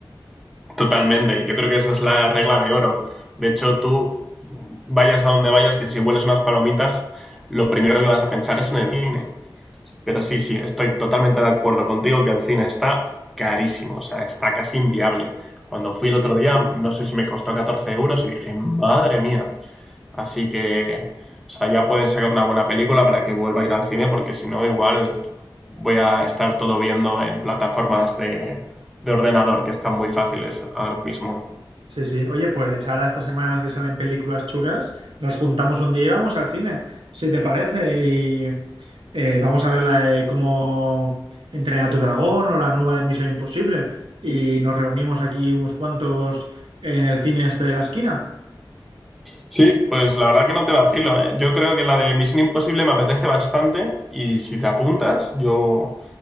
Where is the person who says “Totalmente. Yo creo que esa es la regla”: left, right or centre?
Centre